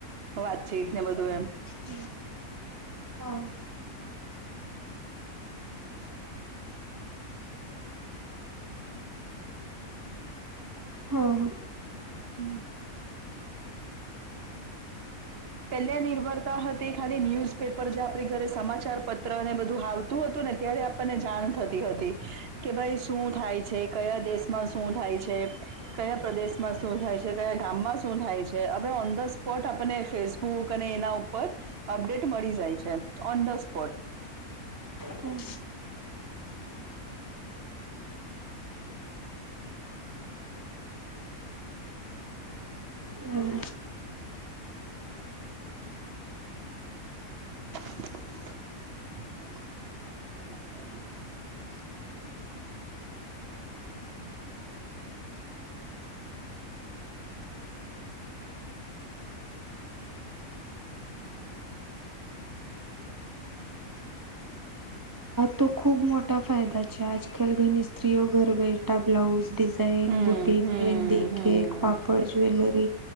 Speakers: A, on the right (about 55°); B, on the right (about 35°).
A: વાત છે, એ ને બધું એમ
B: હમ. હા. હા હા.
A: હમ. પેલે નિર્ભરતા હતી ખાલી ન્યુઝપેપર જે આપણી ઘરે સમાચાર પત્ર અને બધુંત તું હતું ને ત્યારે આપણને જાણ થતી હતી. કે ભાઈ શું થાય છે, કયા દેશમાં શું થાય છે. કયા પ્રદેશમાં શું થાય છે, કયા ગામમાં શું થાય છે, હવે ઓન ધ સ્પોટ આપને ફેસ બુક અને એના ઉપર અપડેટ મળી જાય છે, ઓન ધ સ્પોટ
B: હમ. હમ.
A: <inaudible>
B: તો ખૂબ મોટા ફાયદા છે, આજકાલ ઘણી સ્ત્રીઓ ઘર બ બેઠા બ્લાઉઝ ઝઇન
A: હમ
B: બુટક
A: હમ
B: મેહેંદી
A: હમ
B: કેક પાપડ જ્વેલરી